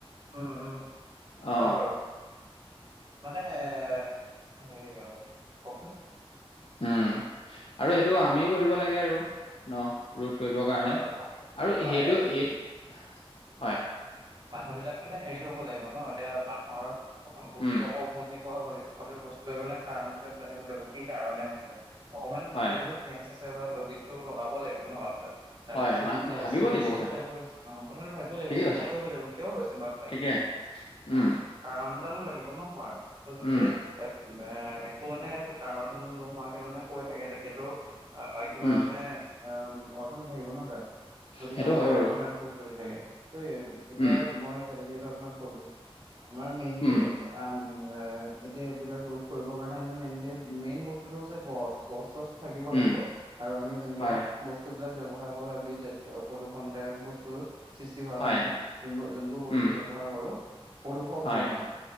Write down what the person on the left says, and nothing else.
অ
উমঁ আৰু এইটো আমিও কৰিব লাগে আৰু নহ। ৰোধ কৰিব কাৰণে
আৰু
সেইটো এই হয়।
উম
হয়
হয় মান ভাবিব
লাগিব
কথাটো
ঠিকেই
কৈছে
ঠিকে উম
উম
উম
সেইটো
হয় বাৰু
উম
উম
উম
হয়
হয়
উম
হয়